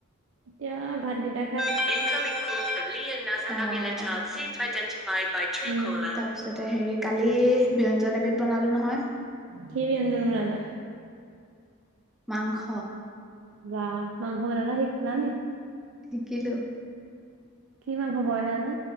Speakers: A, on the right; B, in the centre.
A: এতিয়া ভাতগিটা
B: অ তা তাৰপিছতে
A: উম,
B: হেৰি কালি ব্যঞ্জন এবিধ বনালোঁ নহয়।
A: কি ব্যঞ্জন বনালা?
B: মাংস
A: বাহ মাংস বনাবলৈ শিকিলা নি
B: শিকিলোঁ
A: কি মাংস বইলা নে